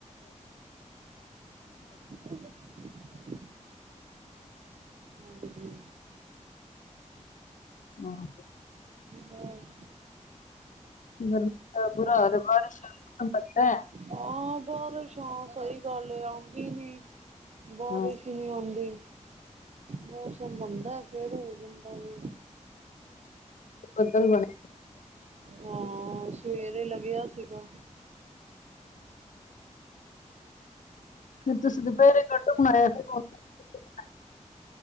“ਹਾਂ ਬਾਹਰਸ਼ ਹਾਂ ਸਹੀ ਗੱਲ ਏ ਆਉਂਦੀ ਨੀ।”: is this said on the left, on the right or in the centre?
Right